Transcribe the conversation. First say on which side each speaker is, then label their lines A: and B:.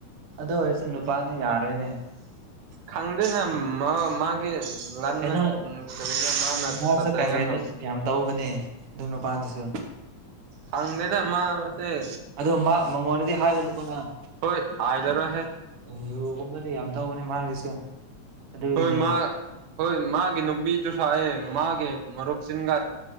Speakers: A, on the right; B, on the right.
A: ꯑꯗꯣ ꯑꯣꯏꯁ ꯅꯨꯄꯥꯅꯤ ꯌꯥꯔꯣꯏꯅꯦ
B: ꯈꯪꯗꯅ ꯃ ꯃꯥꯒꯤꯦ ꯂꯍꯥꯟꯅ
A: ꯀꯩꯅꯣ
B: ꯎ ꯀꯅ ꯃꯥꯅ
A: ꯃꯥꯁꯨ
B: ꯇꯁꯥꯏ
A: ꯀꯩ
B: ꯉꯅ
A: ꯀꯩꯅꯣ ꯌꯥꯝ ꯇꯧꯕꯅꯦ ꯑꯗꯨ ꯅꯨꯄꯥꯗꯨꯁꯨ
B: ꯍꯪꯗꯦꯗꯃꯁꯦ
A: ꯑꯗꯣ ꯃꯉꯣꯟꯗꯗꯤ ꯍꯥꯏꯒꯅꯨꯀꯣ ꯅꯪ
B: ꯍꯣꯏ ꯍꯥꯏ ꯔꯁꯦ
A: ꯑꯦ ꯌꯣꯒꯨꯝꯕꯗꯤ ꯌꯥꯝ ꯇꯧꯕꯅꯦ ꯃꯥꯒꯤꯁꯨ ꯑꯗꯨꯒꯤꯅꯦ
B: ꯍꯣꯏ ꯃꯥ ꯍꯣꯏ ꯃꯥꯒꯦ ꯅꯨꯕꯤ ꯇꯁꯨꯑ ꯃꯥꯒꯦ ꯃꯔꯨꯕ ꯁꯤꯒꯥ